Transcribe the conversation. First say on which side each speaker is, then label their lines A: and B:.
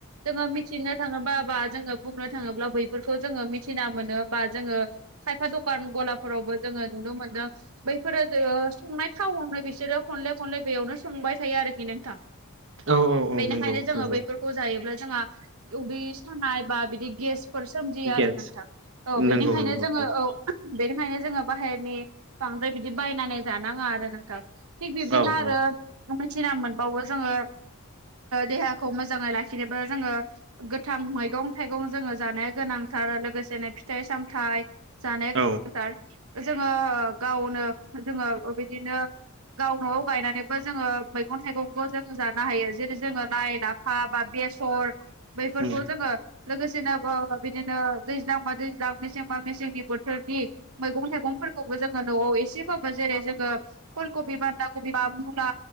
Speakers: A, on the right; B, on the right.
A: जोङो मिथिनो थाङोबा बा जोंङो बुंनो थाङोब्ला बैफोरखौ जोंङो मिथिना मोनो बा जोङो खायफा दखान गलाफोरावबो जोंङो नुनो मोनदों बै फोरो संनाय थावावनो बिसोरो खनले खनले बेयावनो संबाय थायो आरोखि नोंथां
B: औ औ
A: बेनिखायनो
B: नंगौ
A: जोङो
B: नंगौ
A: बैफोरखौ
B: औ
A: जायोब्ला जोंहा उदै सानाय बा बिदि गेसफोर सोमजियो आरो
B: गेस
A: नोंथां औ बेनिखायनो
B: नंगौ नंगौ
A: जोंङो औ बेनिखायनो जोङो बाहेरनि बांद्राय बिदि बायनानै जानाङा आरो नोंथां थिग बिब्दिनो
B: औ
A: आरो
B: औ
A: मिथिना मोनबावो जोङो देहाखौ मोजाङै लाखि जेनेबा जोङो गोथां मैगं थाइगं जोंङो जानो गोनांथार लोगोसेनो फिथाइ सामथाइ जानाया गोनांथार
B: औ
A: जोङो गावनो जोङो बिदिनो गाव नआव गायनानैबो जोंङो मैगं थाइगंखौ जोंङो जानो हायो जेरै जोंङो लाय लाफा बा बेसर बैफोरखौ
B: उम
A: जोंङो लोगोसेनो बिदिनो दैज्लां बा दैज्लां मेसेंबा मेसेंनि बोथोरनि मैगं थाइगंफोरखौबो जोंङो न'आव एसे एसेबाबो जेरै जोंङो फुल कबि बान्दा कबि बा मुला